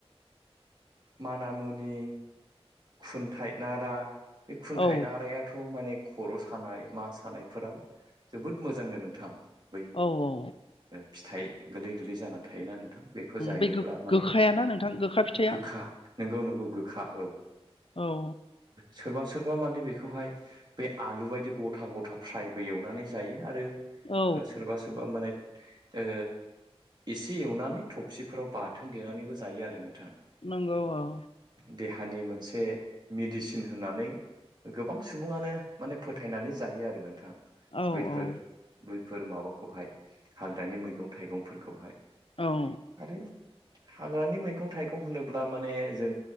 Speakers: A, on the right; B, on the left.
A: मानामुनि खुनथाइ नारा बे खुनथाइ
B: औ
A: नारायाथ' माने खर' सानाय मा सानायफोराव जोबोद मोजांनो नोंथां। बै
B: औ औ
A: फिथाइ गोरलै गोरलै जाना थायोना नोंथां। बेखौ जायोब्ला
B: बै
A: माने
B: गोखायाना नोंथां गोखा फिथाइया
A: गोखा नोंगौ नोंगौ गोखा औ
B: औ
A: सोरबा सोरबा माने बेखौहाय बै आलु बायदि ग'था ग'था फ्रायबो एवनानै जायो आरो।
B: औ
A: सोरबा सोरबा माने ओ एसे एवनानै थबसिफोराव बाथोन देनानैबो जायो आरो नोंथां।
B: नंगौ औ
A: देहानि मोनसे मेडिसिन होननानै गोबां सुबुङानो माने फोथायनानै जायो आरो नोंथां।
B: औ
A: बैफोर
B: औ
A: बैफोर माबाखौहाय हाग्रानि मैगं थाइगंफोरखौहाय
B: औ
A: आरो हाग्रानि मैगं थाइगं होनोब्ला माने जों